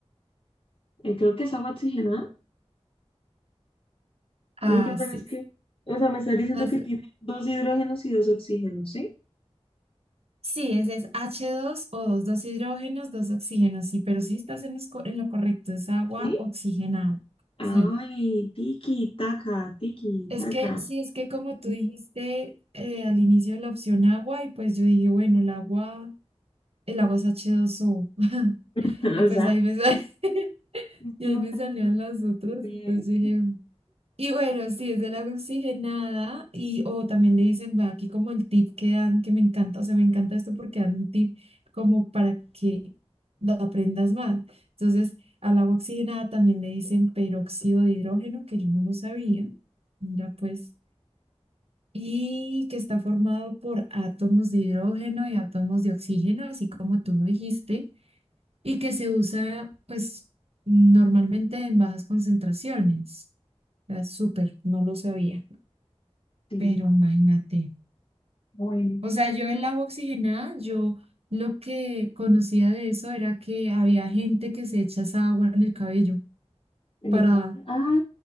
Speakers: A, on the left; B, on the right.
A: Eh, creo que es agua oxigenada.
B: Así
A: Lo que pasa es que, o sea, me estás diciendo
B: es.
A: que tiene dos hidrógenos y dos oxígenos, ¿sí?
B: Sí, ese es H2 o dos, dos hidrógenos, dos oxígenos, sí, pero sí estás en, los co- en lo correcto, es agua
A: ¿Sí?
B: oxigenada. Sí,
A: Ay, tiki, taca, tiki,
B: es
A: taca.
B: que, sí, es que como tú dijiste eh, al inicio la opción agua, y pues yo dije, bueno, el agua, el agua es H2O, <laughs>
A: <laughs>
B: y
A: O
B: pues
A: sea,
B: ahí me, sa- <laughs>
A: es
B: y
A: que
B: ahí
A: no
B: me
A: te
B: salían las otras,
A: bien.
B: entonces yo dije, Y bueno, sí, es del agua oxigenada y o también le dicen, va aquí como el tip que dan, que me encanta, o sea, me encanta esto porque dan un tip como para que lo aprendas más. Entonces, al agua oxigenada también le dicen peróxido de hidrógeno, que yo no lo sabía, mira pues, y que está formado por átomos de hidrógeno y átomos de oxígeno, así como tú lo dijiste, y que se usa pues normalmente en bajas concentraciones. O sea, súper, no lo sabía.
A: Sí,
B: Pero imagínate,
A: bueno,
B: o sea, yo el agua oxigenada, yo lo que conocía de eso era que había gente que se echa esa agua en el cabello
A: en
B: para,
A: el cabello. Ah,